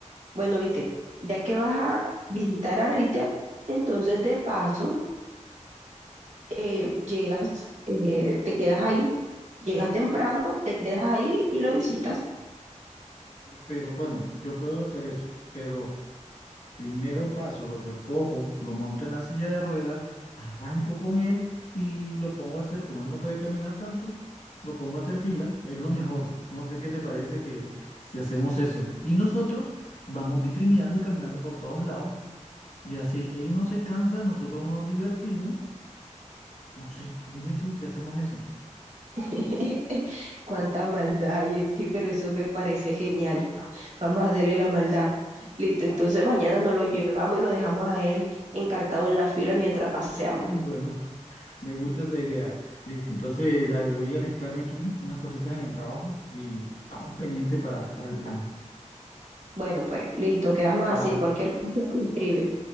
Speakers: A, on the right; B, on the left.
A: Bueno, viste, ya que vas a visitar a Richard, entonces de paso eh, llegas, eh, te quedas ahí, llegas temprano, te quedas ahí y lo visitas.
B: Pero bueno, yo puedo hacer eso, pero Primero paso, lo recojo, lo monto en la silla de ruedas, arranco con él y lo pongo a hacer, como él no puede caminar tanto, lo pongo a hacer fila, es lo mejor. No sé qué te parece que si hacemos eso. Y nosotros vamos vitrineando, caminando por todos lados. Y así él no se cansa, nosotros nos divertimos. No sé, dime tú si hacemos eso.
A: <laughs> Cuánta maldad hay en ti, pero eso me parece genial. Vamos a hacerle la maldad. Listo, entonces mañana nos lo llevamos y lo dejamos a él encartado en la fila mientras paseamos.
B: Mm, Bueno, <laughs> me gusta esa idea. Listo, entonces dale, voy a alistarme aquí unas cositas en el trabajo y estamos pendientes para, para el plan.
A: Bueno, pues listo, quedamos
B: Chao.
A: así. Cualquier cosa me escribe.